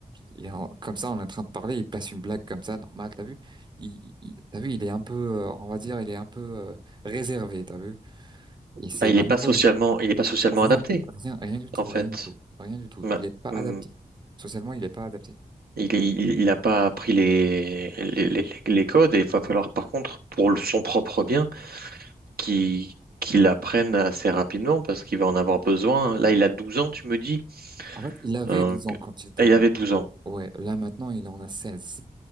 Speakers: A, on the right (about 30°); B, on the right (about 75°).
A: Il est en- Comme ça, on est en train de parler, il place une blague comme ça, normal, t'as vu? Il... il- T'as vu, il est un peu, euh, on va dire, il est un peu euh, réservé, t'as vu? Et c'est
B: Bah, il
A: malheureux.
B: n'est pas socialement, il est pas socialement
A: Rien,
B: adapté,
A: rien, rien du tout,
B: en fait.
A: rien du tout, rien du tout.
B: Ma-
A: Il est pas adapté.
B: hmm.
A: Socialement, il est pas adapté.
B: Il, est- il, il a pas appris les, les, les- les codes et il va falloir par contre, pour le- son propre bien, qui qui l'apprenne assez rapidement parce qu'il va en avoir besoin. Là, il a 12 ans, tu me dis.
A: En fait, il avait
B: Euh,
A: 12 ans
B: que-
A: quand il était
B: ah, il
A: venu.
B: avait 12 ans.
A: Ouais, là maintenant, il en a 16.